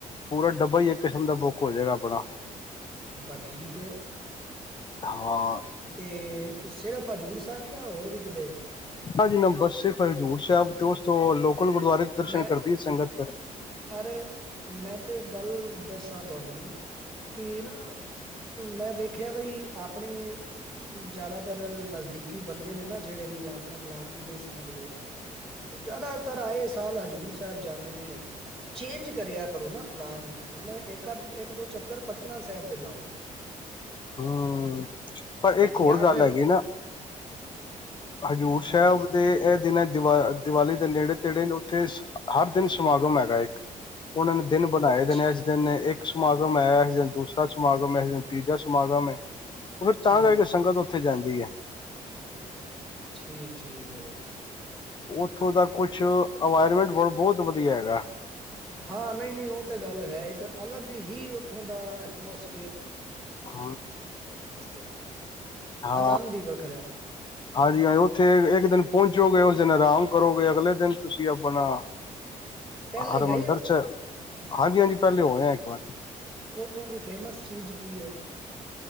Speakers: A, on the left; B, in the centre.
A: ਪੂਰਾ ਡੱਬਾ ਹੀ ਇੱਕ ਕਿਸਮ ਦਾ ਬੁੱਕ ਹੋ ਜਾਏਗਾ ਆਪਣਾ
B: ਬਸ ਠੀਕ ਹੇ।
A: ਹਾਂ
B: ਤੇ ਸਿਰਫ ਹਜ਼ੂੜ ਸਾਹਿਬ ਜਾਂ ਹੋਰ ਵੀ ਕਿਤੇ
A: ਹਾਂਜੀ ਨੰਬਰ ਸੇਖ ਹਜ਼ੂਰ ਸਾਹਿਬ ਤੇ ਉਸ ਤੋਂ ਗੁਰਦੁਆਰੇ ਦਰਸ਼ਨ
B: ਮੈਂ
A: ਕਰਦੀ ਹੈ ਸੰਗਤ
B: ਯਰੇ
A: ਫਿਰ
B: ਮੈਂ ਤੇ ਗੱਲ ਦੱਸਾਂ ਤੁਹਾਨੂੰ ਕਿ ਨਾ ਮੈਂ ਵੇਖਿਆ ਬਈ ਆਪਣੇ ਜਿਆਦਾਤਰ ਨਜ਼ਦੀਕੀ ਬੰਦੇ ਨੇ ਨਾ ਜਿਹੜੇ ਵੀ ਆ ਆਪਣੇ ਬਲਾਦਰੀ ਦੇ ਹੀ ਸਮਝ ਲੋਓ ਜਿਆਦਾਤਰ ਆਏ ਸਾਹ ਹਜ਼ੂਰ ਸਾਹਿਬ ਜਾਂਦੇ ਨੇ ਚੇਂਜ ਕਰਿਆ ਕਰੋ ਨਾ ਪਲਾਨ ਹੁਣ ਇੱਕ ਅੱ ਇੱਕ ਦੋ ਚੱਕਰ ਪਟਨਾ ਸਾਹਿਬ ਦੇ ਲਾਓ
A: ਹੂ ਪਰ ਇੱਕ ਹੋਰ
B: ਜਾਂ
A: ਗੱਲ
B: ਫਿਰ
A: ਹੈਗੀ ਨਾ ਹਜ਼ੂਰ
B: ਹੂੰ,
A: ਸਾਹਿਬ ਦੇ ਦਿਨ ਦੀਵ ਦੀਵਾਲੀ ਦੇ ਨੇੜੇ ਤੇੜੇ ਨੇ ਉੱਥੇ ਹਰ ਦਿਨ ਸਮਾਗਮ ਹੈਗਾ ਇੱਕ ਉਹਨਾਂ ਨੇ ਦਿਨ ਬਣਾਏ
B: ਅੱਛਾ
A: ਦੇ ਨੇ ਇਸ ਦਿਨ ਇੱਕ ਸਮਾਗਮ ਹੈ। ਇਸ ਦਿਨ ਦੂਸਰਾ ਸਮਾਗਮ ਹੈ। ਇਸ ਦਿਨ ਤੀਜਾ ਸਮਾਗਮ ਹੈ। ਉਹ ਫਿਰ ਤਾਂ
B: ਠੀਕ
A: ਕਰਕੇ
B: ਹੈ,
A: ਸੰਗਤ ਉੱਥੇ ਜਾਂਦੀ ਵਧੀਆ
B: ਠੀਕ ਠੀਕ ਆ
A: ਉੱਥੋਂ ਦਾ ਕੁਛ ਇਨਵਾਇਰਮੈਂਟ ਬ ਬਹੁਤ ਵਧੀਆ ਹੈਗਾ।
B: ਹਾਂ, ਨਹੀਂ-ਨਹੀਂ ਉਹ ਤੇ ਗੱਲ ਹੈ ਇੱਕ ਅਲੱਗ ਹੀ ਉੱਥੋਂ ਦਾ ਐਟਮੋਸ
A: ਹ
B: ਹੈ।
A: ਹਾਂ
B: ਆਨੰਦ ਹੀ ਵੱਖਰਾ ਹੈ
A: ਹਾਂਜੀ ਹਾਂਜੀ ਉੱਥੇ ਇੱਕ ਦਿਨ ਪਹੁੰਚੋਗੇਏ ਦਿਨ ਆਰਾਮ ਕਰੋਗੇ ਅਗਲੇ ਦਿਨ ਤੁਸੀਂ ਆਪਣਾ
B: ਪਹਿਲੇ
A: ਹਰਮਦਰ
B: ਗਏ ਹੋ
A: ਚ ਹਾਂਜੀ ਹਾਂਜੀ ਪਹਿਲੇ ਹੋਏ ਆ ਇੱਕ ਵਾਰ
B: ਉੱਥੋਂ ਦੀ ਫੇਮਸ ਚੀਜ਼ ਕੀ ਹੈ।